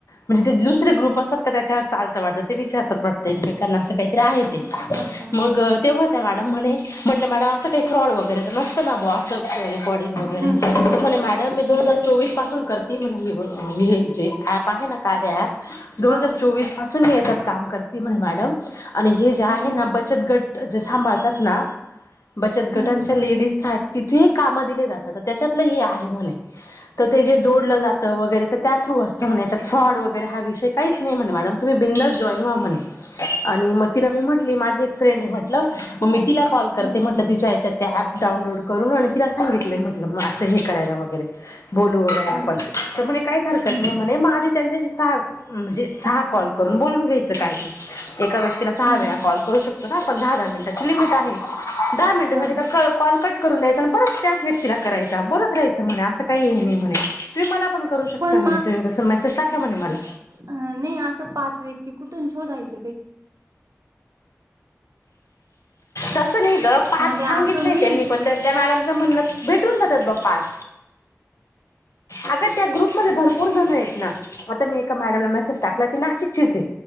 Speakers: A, on the left; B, on the right.
A: म्हणजे ते दुसरे ग्रुप असात का त्याच्यावर चालतं वाटतं ते विचारतात वाटतं एकमेकांना असं काहीतरी आहे ते.
B: अच्छा
A: मग
B: हा
A: तेव्हा त्या् मॅडम म्हणे. म्हटलं मॅडम असं काही फ्रॉड वगैरे नसत ना बं रेकॉर्डिंग वगैरे
B: हम्म
A: तर म्हणे मॅडम मी दो
B: हम्म
A: हजार चोवीस. पासून करते म्हण हे हे जे ऍप आहे ना कार्य ऍप. दोन
B: हा
A: हजार चोवीस पासून मी येतात काम करते म्ह मॅडम. आणि हे जे आहे
B: हम्म
A: ना बचत गट जे सांभाळतात ना. बचत गटांच्या
B: हम्म
A: लेडीज तिथेही काम दिले जातात त्याच्यातलं हे आहे म्हणे. ते जे जोडलं
B: हम्म
A: जातं वगैरे तर त्या थ्रू असस्ते होण्याच्या. फ्रॉड वगैरे हा विषय काहीच नाही म्हणे मॅडम तुम्ही बिंदास जॉईन व्हा म्हणे. आणि मग तिला मी म्हटली माझी एक फ्रेंड आहे म्हटलं मग मी तिला कॉल करते
B: हम्म
A: म्हटलं तिच्या या्याच्यात. त्या ऍप डाउनलोड करून आणि तिला सांगितलंय म्हटलं मग असं हे करायला वगैरे. बोलू वगैरे
B: हम्म
A: आपण तर म्हणे काहीच हरकत
B: हम्म
A: नाही म्हणे म आधी त्यांच्याशी सा म्हणजे सहा कॉल करून बोलून घ्यायचं काय ते. एका व्यक्तीला सहा
B: हम्म
A: वेळा कॉल करू शकतो ना आपण दहा दहा मिनिटची लिमिट आहे दहा मिनिट
B: हा
A: झा कॉल. कट करून द्यायच आणि परत त्याच व्यक्तीला करायचा बोलत रायचं म्हणे असं काही हे नाही म्हणे. तुम्ही मला पण करू शकता
B: पण
A: म्हणे तुम्ही जस मेसेज टाका म्हणे मला.
B: अ नाही असं पाच व्यक्ती कुठून शोधायचे ते.
A: तसं नाही ग पाच
B: मध्ये
A: सांगितलं
B: असं होईल
A: त्यांनी पण त्या त्या मॅडमचं म्हणणं. भेटून जातात ब पाच अग त्या ग्रुपमध्ये भरपूर जण आहेत ना. आता मी एका मॅडमला मेसेज टाकला ती ना शिकषित.